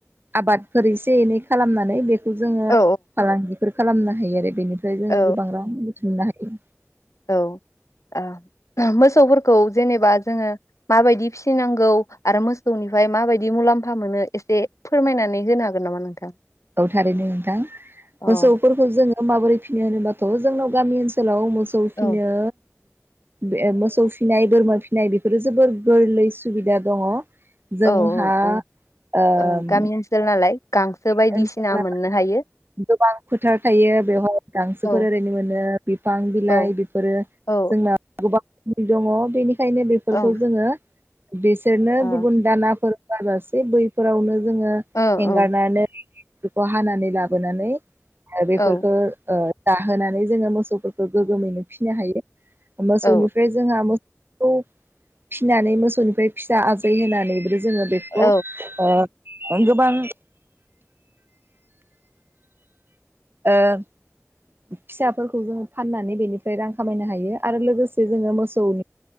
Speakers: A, on the right; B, on the left.
A: आबादफोर एसे एनै खालामनानै बे खौ जोङो
B: औ
A: फालांगि फोर खालामनो हायो आरो बेनिफ्राय जोङो
B: औ
A: गोबां रां बुथुमनो हायो।
B: औ आ मोसौ बोर खौ जेनेबा जोङो माबायदि फिसिनांगौ आरो मोसौनिफ्राय माबायदि मुलाम्फा मोनो एसे फोरमायनानै होनो हागोन नामा नोंथां?
A: औ थारैनो नोंथां
B: अ
A: मोसौफोरखौ जोङो माबोरै फिनो होनोब्ला खौ जोंनि गामि ओनसोलाव मो सौ फिनो
B: औ
A: बे मोसौ फिनाय बोरमा फिनाय बेफोरो जोबोर गोरलै सुबिदा दङ। जोंहा
B: औ औ
A: ओम
B: ओ गामि ओनसोल नालाय
A: <inaudible>
B: गांसो बायदिसिना मोननो हायो
A: गोबां फोथार थायो बेवहाय गांसोफोर
B: औ
A: ओरैनो मोनो बिफां बिलाइ
B: औ
A: बेफोरो
B: औ
A: जोंनाव गोबां दङ बेनि खायनो बेफोरखौ
B: औ
A: जोङो बिसोरनो
B: औ
A: गुबुन दानाफोर होआजासे बैफोरावनो जोङो
B: औ
A: एंगारनानै
B: औ
A: <inaudible> खौ हानानै लाबोनानै बेफोरखो
B: औ
A: ओ जाहोनानै जोङो मोसौ फोरखौ गोगोमैनो फिनो हायो। मोसौनिफ्राय
B: औ
A: जोंहा मोस खौ फिनानै मोसौनिफ्राय फिसा आजै होनानैबो जोङो बेखौ
B: औ
A: ओ गोबां ओ फिसाफोरखौ जोङो फाननानै बेनिफ्राय रां खामायनो हायो। आरो लोगोसे जोङो मोसौनि